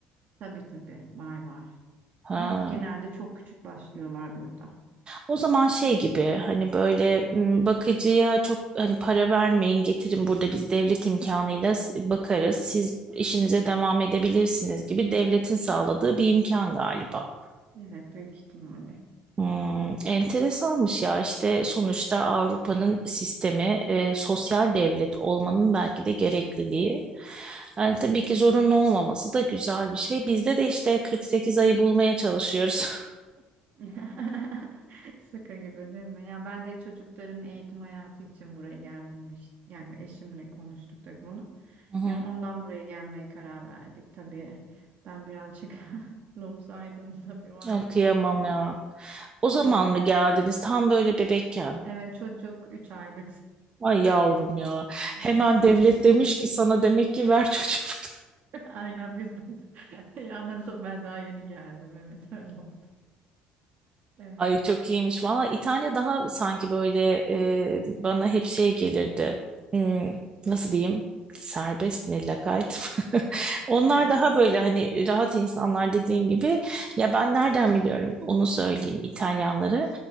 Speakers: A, on the right; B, on the right.
A: Tabii tabii var var.
B: Ha.
A: Ama genelde çok küçük başlıyorlar burada.
B: O zaman şey gibi hani böyle m, bakıcıya çok hani para vermeyin getirin burada biz devlet imkanıyla s- bakarız siz işinize devam edebilirsiniz gibi devletin sağladığı bir imkan galiba.
A: Evet büyük ihtimalle.
B: Hmm, enteresanmış ya işte sonuçta Avrupa'nın sistemi e, sosyal devlet olmanın belki de gerekliliği. Yani tabii
A: Evet.
B: ki zorunlu olmaması da güzel bir şey. Bizde de işte 48 ayı bulmaya çalışıyoruz.
A: <laughs> Şaka gibi değil mi? Ya ben de çocukların eğitim hayatı için buraya geldim işte. Yani eşimle konuştuk tabii bunu.
B: <laughs> Hı hı.
A: Yani ondan buraya gelmeye karar verdik tabii. Ben birazcık <laughs> lozaydım tabii o ayrı
B: Ya kıyamam
A: bir konu ama.
B: ya. O zaman
A: Evet.
B: mı geldiniz tam böyle bebekken?
A: Evet çocuk 3 aylık.
B: Ay yavrum ya.
A: Evet,
B: Hemen
A: aynen.
B: devlet demiş ki sana demek ki ver çocuğu.
A: <laughs> Aynen biz <laughs> ya nasıl ben daha yeni geldim evet öyle oldu. Ee,
B: Ay çok iyiymiş. Valla İtalya daha sanki böyle e, bana hep şey gelirdi. Hmm, nasıl diyeyim? Serbest mi, lakayt mı? <laughs> Onlar
A: evet.
B: daha böyle hani rahat insanlar dediğin gibi. Ya ben nereden biliyorum onu söyleyeyim İtalyanları.